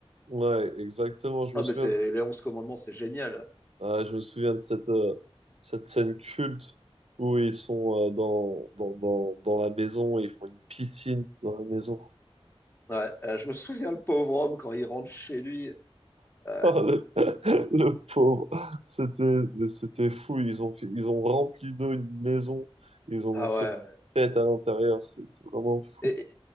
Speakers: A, on the right (about 75°); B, on the left (about 20°).
A: Ouais, exactement, je
B: Ah,
A: me souviens
B: mais c'est
A: de
B: les onze commandements, c'est génial.
A: Ah, je me souviens de cette, euh, cette scène culte où ils sont euh, dans, dans, dans, dans la maison et ils font une piscine dans la maison.
B: Ouais, euh, je me souviens le pauvre homme quand il rentre chez lui. Euh,
A: Ah, le, <laughs> le pauvre, c'était, c'était fou. Ils ont fait, ils ont rempli d'eau une maison. Ils en ont
B: ah
A: fait
B: ouais.
A: une
B: ouais.
A: fête à l'intérieur. C'est c'est vraiment fou.
B: Et,